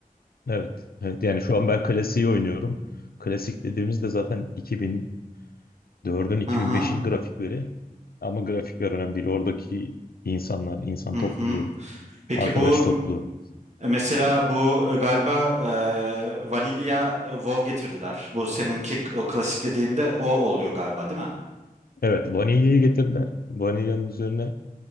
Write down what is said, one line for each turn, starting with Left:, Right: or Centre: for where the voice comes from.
Left: Evet. Evet yani şu an ben klasiği oynuyorum. Klasik dediğimizde zaten iki bin 4'ün 2005'in
Right: Hı hı
Left: grafikleri. Ama grafikler önemli değil. Oradaki insanlar, insan
Right: hı
Left: topluluğu,
Right: hı. Peki
Left: arkadaş
Right: bu
Left: topluluğu.
Right: m- mesela bu e, galiba e, vanilya e, WoW getirdiler. Bu seninki k- o klasik dediğinde o oluyor galiba değil mi?
Left: Evet, Vanilla'yı getirdiler. Vanilla'nın üzerine